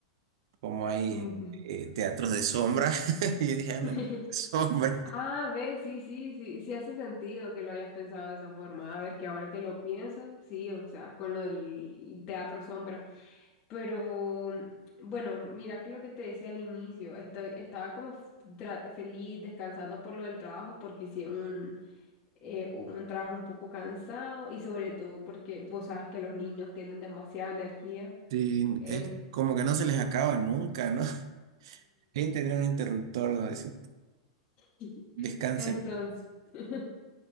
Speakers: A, on the right (about 65°); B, on the left (about 35°).
A: como hay
B: Ujú.
A: eh, teatros de sombra. <laughs> Y yo dije, anda,
B: <laughs>
A: <laughs> ma- sombra.
B: Ah, ve, sí, sí, sí, sí hace sentido que lo hayas pensado de esa forma. A ver, que ahora que lo pienso, sí, o sea, con lo del teatro sombra. Pero bueno, mira que lo que te decía al inicio, estoy, estaba como f- tra- feliz descansando por lo del trabajo, porque sí, un, eh, un trabajo un poco cansado y sobre todo porque vos sabes que los niños tienen demasiada energía.
A: Sí,
B: En,
A: es como que no se les acaba nunca, ¿no? <laughs> Bien tener un interruptor donde decir,
B: sí.
A: descansen.
B: Entonces, <laughs>